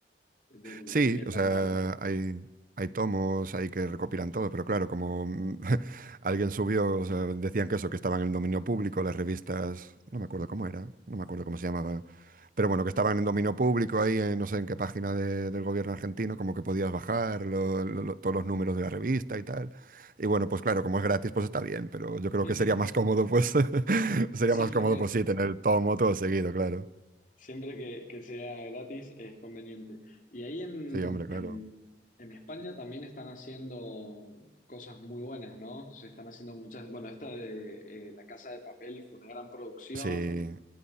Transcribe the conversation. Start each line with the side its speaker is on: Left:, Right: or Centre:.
Left: del
Right: Sí,
Left: El Eternauta.
Right: o sea, hay, hay tomos ahí que recopilan todo, pero claro, como mm, <laughs> alguien subió, o sea, decían que eso, que estaban en dominio público, las revistas, no me acuerdo
Left: Ujú.
Right: cómo era, no me acuerdo cómo se llamaba, pero bueno, que estaban en dominio público ahí, en, no sé en qué página de- del gobierno argentino, como que podías bajar lo- lo- lo- todos los números de la revista y tal. Y bueno, pues claro, como es gratis, pues está bien, pero yo creo
Left: <laughs>
Right: que sería más cómodo, pues, <laughs> sería
Left: Siempre
Right: más cómodo,
Left: que,
Right: pues sí, tener el tomo todo seguido, claro.
Left: Siempre que, que sea gratis es conveniente. Y ahí en,
Right: Sí, hombre,
Left: en,
Right: claro.
Left: en España también están haciendo cosas muy buenas, ¿no? Se están haciendo muchas, bueno, esta de eh, La Casa de Papel fue una gran producción.
Right: Sí,